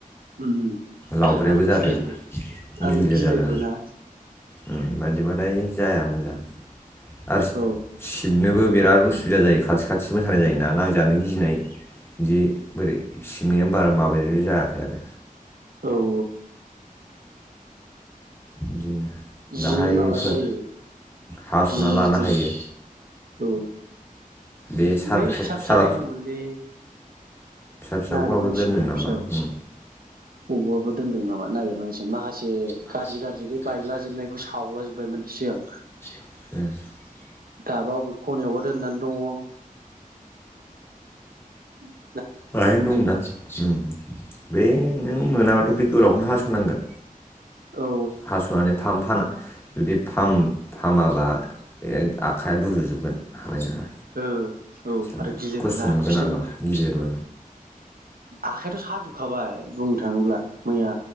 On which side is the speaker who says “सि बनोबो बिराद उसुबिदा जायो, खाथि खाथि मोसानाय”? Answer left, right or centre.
Left